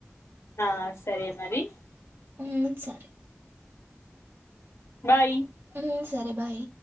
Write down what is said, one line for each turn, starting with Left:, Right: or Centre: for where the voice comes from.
Left: ఆ సరే మరి
Right: ఊ సరే
Left: బాయి
Right: మ్ సరే బాయ్